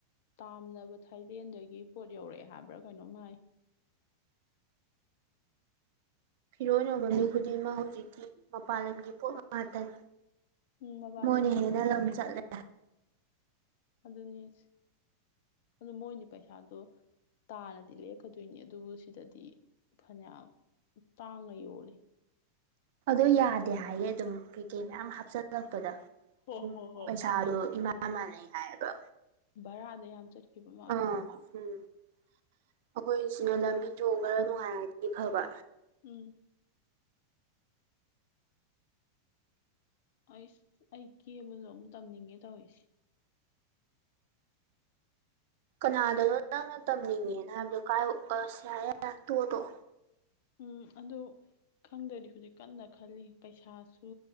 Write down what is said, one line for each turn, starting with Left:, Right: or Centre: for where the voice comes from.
Left: ꯇꯥꯝꯂꯥꯕꯥ ꯊꯥꯏꯂꯦꯟꯗꯒꯤ ꯄꯣꯠ ꯌꯧꯔꯛꯑꯦ ꯍꯥꯏꯕ꯭ꯔꯥ ꯀꯩꯅꯣꯝ ꯍꯥꯏ
Right: ꯐꯤꯔꯣꯟ ꯌꯣꯟꯕ ꯃꯤ ꯈꯨꯗꯤꯡꯃꯛ ꯍꯧꯖꯤꯛꯇꯤ ꯃꯄꯥꯥꯟ ꯂꯝꯒꯤ ꯄꯣꯠ ꯉꯥꯛꯇꯅꯤ
Left: ꯎꯝ ꯃꯄꯥꯟꯂꯣꯝꯒꯤ
Right: ꯃꯣꯏꯅ ꯍꯦꯟꯅ
Left: ꯃꯌꯥꯝ
Right: ꯂꯝ ꯆꯠꯂꯦ
Left: ꯑꯗꯨꯅꯤꯁꯤ ꯑꯗꯨꯕꯨ ꯃꯣꯏꯗꯤ ꯄꯩꯁꯥꯗꯣ ꯇꯥꯔꯗꯤ ꯂꯦꯛꯀꯗꯣꯏꯅꯤ ꯑꯗꯨꯕꯨ ꯁꯤ ꯁꯤꯗꯗꯤ ꯐꯅꯌꯥꯝ ꯇꯥꯡꯅ ꯌꯣꯜꯂꯤ
Right: ꯑꯗꯨ ꯌꯥꯗꯦ ꯍꯥꯏꯌꯦ ꯑꯗꯨꯝ ꯀꯩ ꯀꯩ ꯃꯌꯥꯝ ꯍꯥꯞꯆꯤꯜꯂꯛꯄꯗ
Left: ꯍꯣ
Right: ꯑꯗꯨꯝ
Left: ꯍꯣ ꯍꯣꯏ
Right: ꯄꯩꯁꯥꯗꯣ ꯏꯃꯥꯟ ꯃꯥꯟꯅꯩ ꯍꯥꯏꯑꯕ
Left: ꯕꯔꯥꯗ ꯌꯥꯝ ꯆꯠꯈꯤꯕ ꯃꯥꯟ
Right: ꯑꯥ ꯎꯝ ꯑꯩꯈꯣꯏ ꯁꯤꯅ ꯂꯝꯕꯤ ꯊꯣꯡ ꯈꯔ ꯅꯨꯡꯉꯥꯏꯔꯗꯤ ꯐꯕ
Left: ꯎꯝ ꯑꯩꯁ ꯑꯩ ꯀꯦꯕꯗꯣ ꯑꯃꯨꯛ ꯇꯝꯅꯤꯡꯉꯦ ꯇꯧꯔꯤꯁꯦ
Right: ꯀꯅꯥꯗꯅꯣ ꯅꯪꯅ ꯇꯝꯅꯤꯡꯉꯦꯅ ꯍꯥꯏꯕꯗꯣ ꯀꯥꯏ ꯑꯁ ꯌꯥꯔꯦ ꯇꯣꯛꯑꯣ ꯇꯣꯛꯑꯣ
Left: ꯎꯝ ꯑꯗꯣ ꯈꯪꯗꯔꯤ ꯍꯧꯖꯤꯛ ꯀꯟꯅ ꯈꯜꯂꯤ ꯄꯩꯁꯥꯁꯨ